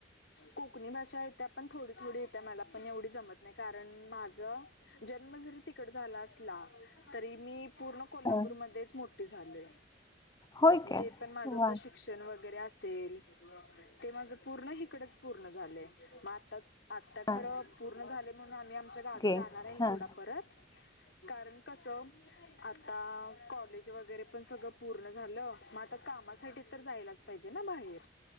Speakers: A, on the left; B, on the left.
A: कोकणी भाषा येत्या पण थोडी, थोडी येत्या मला पण एवढी जमत नाही कारण माझं जन्म जरी तिकड झाला असला. तरी मी पूर्ण कोल्हापूर
B: हा.
A: मधेच मोठी झालीये
B: होय काय
A: जेपण माझ
B: वा
A: शिक्षण वगैरे असेल ते माझ पूर्ण हिकडच पूर्ण झालय म आता आत्ता खरं
B: हा,
A: पूर्ण झालेय म्हणून आम्ही आमच्या गावी
B: ओके
A: जाणार आहे
B: हा
A: सोडा परत. कारण कसं आता कॉलेज वगैरे पण सगळं पूर्ण झालं म आता कामासाठी तर जायलाच पाहिजे ना बाहेर.